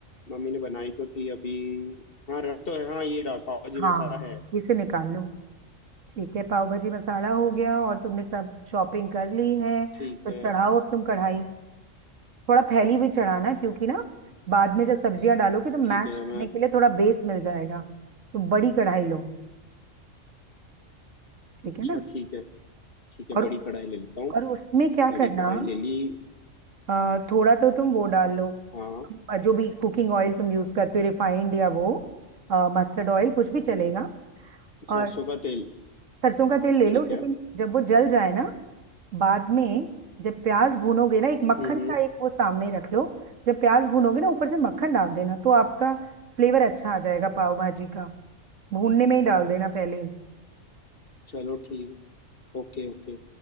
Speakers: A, on the left (about 45°); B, on the right (about 70°).
A: मम्मी ने बनाई तो थी अभी हाँ रहा तो है हाँ ये रहा पाव भाजी
B: हाँ
A: मसाला है
B: इसे निकाल लो ठीक है पाव भाजी मसाला हो गया और तुमने सब शॉपिंग कर ली है तो
A: ठीक है
B: चढ़ाओ अब तुम कढ़ाई थोड़ा फैली हुई चढ़ाना क्योंकि ना बाद में जब सब्जियां डालोगे तो मैश
A: ठीक है
B: करने
A: मैं
B: के लिए थोड़ा बेस मिल जाएगा तो बड़ी कढ़ाई लो ठीक
A: अच्छा
B: है ना
A: ठीक है ठीक है
B: और
A: बड़ी कढ़ाई ले लेता हूँ
B: और उसमें क्या
A: बड़ी
B: करना
A: कढ़ाई ले ली
B: अ, थोड़ा तो तुम वो डाल लो
A: हाँ
B: अ, जो भी कुकिंग ऑयल तुम यूज करते हो रिफाइंड या वो मस्टर्ड ऑयल कुछ भी चलेगा
A: सरसों
B: और
A: का तेल
B: सरसों का तेल ले
A: ठीक
B: लो लेकिन
A: है
B: जब वो जल जाए ना बाद में जब प्याज भूनोगे ना एक मक्खन
A: हम्म हम्म
B: का एक वो सामने रख लो जब प्याज भूनोगे ना ऊपर से मक्खन डाल देना तो आपका फ्लेवर अच्छा आ जाएगा पाव भाजी का भूनने में ही डाल देना पहले ही
A: चलो ठीक है Okay okay